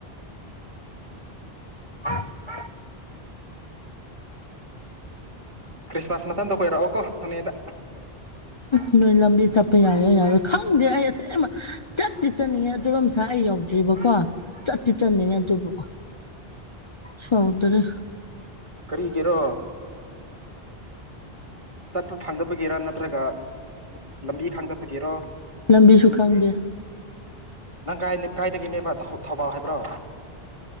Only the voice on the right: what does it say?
ꯈ꯭ꯔꯤꯁꯃꯥꯁ ꯃꯊꯟꯗ ꯀꯣꯏꯔꯛꯑꯣ ꯀꯣ ꯅꯣꯅꯦꯗ
ꯀꯔꯤꯒꯤꯔꯣ ꯆꯠꯄ ꯐꯪꯗꯕꯒꯤꯔ ꯅꯠꯇ꯭ꯔꯒ ꯂꯝꯕꯤ ꯈꯥꯡꯗꯕꯒꯤꯔꯣ
ꯅꯪ ꯀꯥꯏ ꯀꯥꯏꯗꯒꯤꯅꯦꯕ ꯊꯧꯕꯥꯜ ꯍꯥꯏꯕ꯭ꯔꯣ